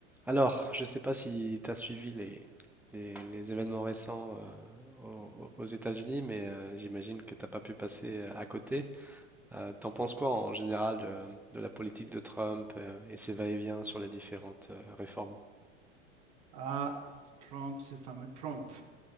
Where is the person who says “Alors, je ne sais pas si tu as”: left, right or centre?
Centre